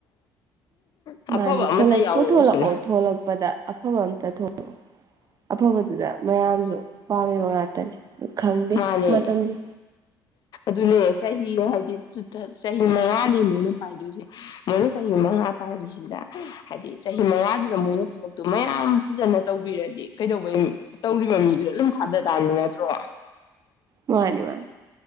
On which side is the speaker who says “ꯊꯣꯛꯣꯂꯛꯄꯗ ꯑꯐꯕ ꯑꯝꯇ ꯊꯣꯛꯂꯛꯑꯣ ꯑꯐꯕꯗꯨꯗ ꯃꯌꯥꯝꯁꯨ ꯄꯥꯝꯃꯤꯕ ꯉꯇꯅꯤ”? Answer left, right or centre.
Right